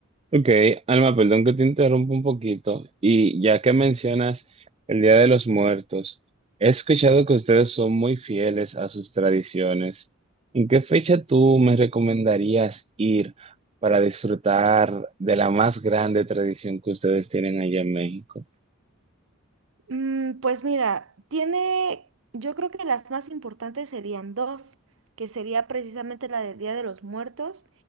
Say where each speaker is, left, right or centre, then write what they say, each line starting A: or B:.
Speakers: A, on the right; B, on the right.
A: ok. Alma, perdón que te interrumpa un poquito. Y ya que mencionas el Día de los Muertos, he escuchado que ustedes son muy fieles a sus tradiciones. ¿En qué fecha tú me recomendarías ir para disfrutar de la más grande tradición que ustedes tienen allá en México?
B: Mm, pues mira, tiene, yo creo que las más importantes serían dos, que sería precisamente la del Día de los Muertos